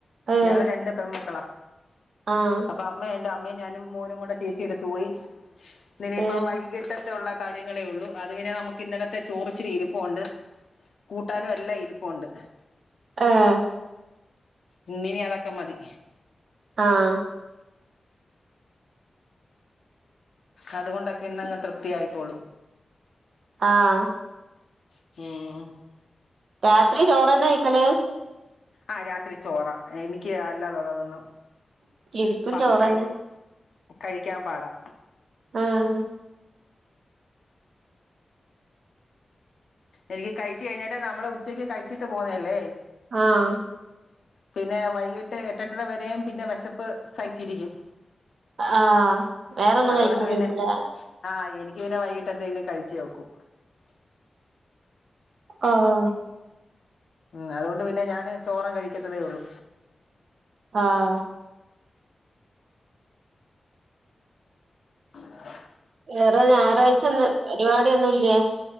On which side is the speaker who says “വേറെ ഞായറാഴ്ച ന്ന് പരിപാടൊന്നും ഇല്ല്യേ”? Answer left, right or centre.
Right